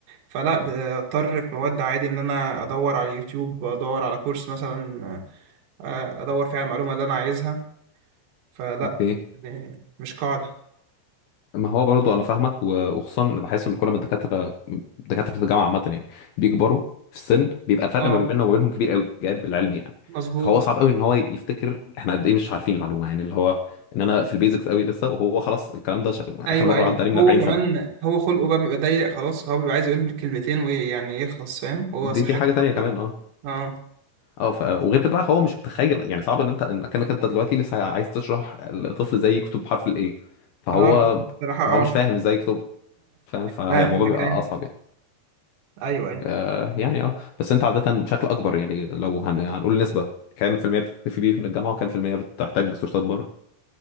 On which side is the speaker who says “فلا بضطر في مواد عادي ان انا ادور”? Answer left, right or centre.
Right